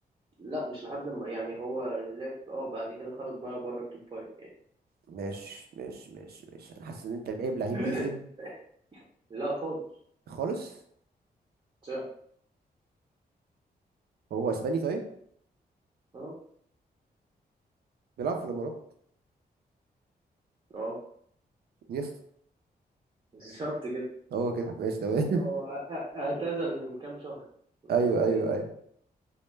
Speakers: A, on the right (about 30°); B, on the right (about 75°).
A: لا مش لحد ما يعني هو لعب اه بعد كده خرج بقى بره التوب فايف
B: ماشي ماشي ماشي ماشي أنا حاسس إن أنت جايب لعيب
A: <laughs>
B: رخم
A: لا خالص
B: خالص
A: سهل
B: هو إسباني طيب
A: اه
B: بيلعب في الإمارات
A: اه
B: انيستا
A: <laughs> بالظبط كده
B: هو كده ماشي تمام <laughs>
A: هو أ- أ- اعتزل من كام شهر انا
B: أيوه
A: كنت ناسي
B: أيوه أيوه